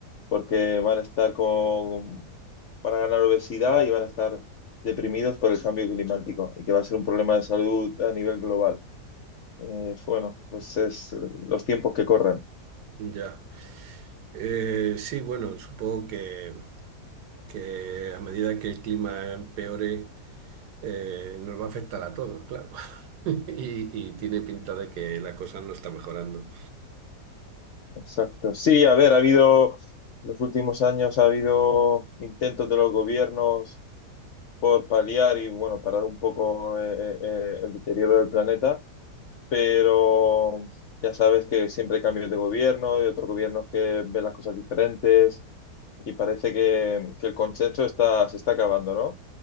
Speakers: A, on the left; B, on the right.
A: porque van a estar con, van a ganar obesidad y van a estar deprimidos por el cambio climático y que va a ser un problema de salud a nivel global. Eh, bueno, pues es los tiempos que corren.
B: Ya. Eh, sí, bueno, supongo que, que a medida que el clima empeore, eh, nos va a afectar a todos, claro. <laughs> Y, y tiene pinta de que la cosa no está mejorando.
A: Exacto. Sí, a ver, ha habido, en los últimos años ha habido intentos de los gobiernos por paliar y, bueno, parar un poco eh, eh, eh, el deterioro del planeta, pero ya sabes que siempre hay cambios de gobierno y otros gobiernos que ven las cosas diferentes y parece que, que el consenso está, se está acabando, ¿no?